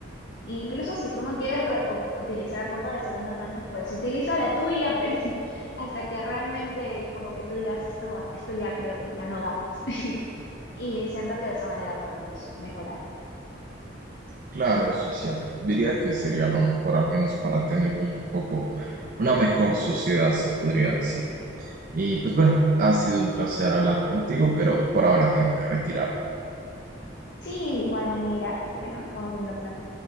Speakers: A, on the left; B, on the right.
A: Incluso si tú no quieres re- ut- utilizar ropa de segunda mano, pues utiliza la tuya, <laughs> pero hasta que realmente como que tú digas esto, esto ya creo que ya no damos. <laughs> Y siento que de esa manera podemos mejorar.
B: Claro, eso es cierto. Diría que sería lo mejor, al menos para tener un poco, una mejor sociedad, se podría decir. Y pues bueno, ha sido un placer hablar contigo, pero por ahora tengo que retirarme.
A: Sí, de igual manera. Y bueno, nos vamos viendo pronto.